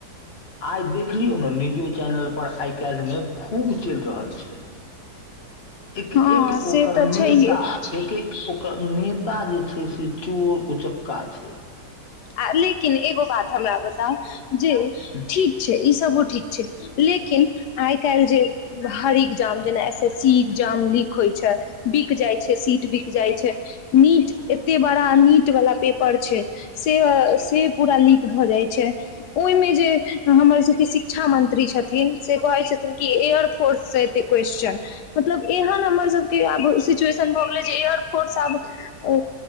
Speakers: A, on the left; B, on the left.
A: आइ देख लियौ ने न्यूजो चैनल पर आइ काल्हिमे खूब चलि रहल छैक एक
B: हँ
A: एक ओकर
B: से तऽ
A: नेता
B: छैहे
A: छै एक एक ओकर ने <inaudible> नेता जे छै से चोर उचक्का छैक
B: आ लेकिन एगो बात हमरा बताउ जे
A: कऽ
B: ठीक छै इसभो ठीक छै लेकिन आइ काल्हि जे हर एग्जाम जेना S S C exam leak होइत छैक बिक जाइत छैक सीट बिक जाइत छैक नीट एते बड़ा नीट वाला पेपर छैक से से पूरा लीक भऽ जाइत छैक ओहिमे जे हमर सभकेँ शिक्षा मंत्री छथिन से कहैत छथिन कि एयर फोर्स से एतय क्वेेश्चन मतलब एहन हमर सभकेँ आब सिचुएशन भऽ गेलय जे एयर फोर्स आब ऐ